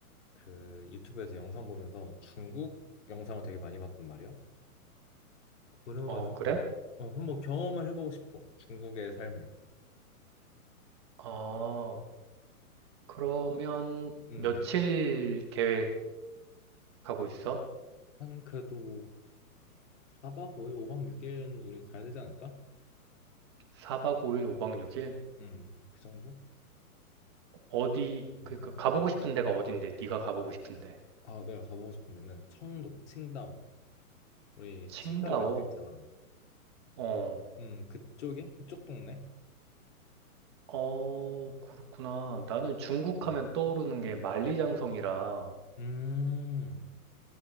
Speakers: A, on the left (about 50°); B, on the right (about 20°).
A: 그 유튜브에서 영상 보면서 중국 영상을 되게 많이 봤단 말이야. 그래가지고,
B: 어, 그래?
A: 어, 한번 경험을 해보고 싶어. 중국의 삶을.
B: 아, 그러면
A: 음,
B: 며칠 계획하고 있어?
A: 한 그래도 4박 5일, 5박 6일은 우리 가야 되지 않을까?
B: 사박오일 오박육일
A: 음, 그 정도?
B: 어디,
A: 음,
B: 그니까 가보고 싶은 데가 어딘데? 네가 가보고 싶은데.
A: 아, 내가 가보고 싶은 데는 청도, 칭다오. 우리
B: 칭다오.
A: 칭다오 맥주 있잖아.
B: 어.
A: 음, 그쪽에? 그쪽 동네?
B: 어, 그렇구나. 나는 중국
A: 음.
B: 하면 떠오르는 게 만리장성이라
A: 음,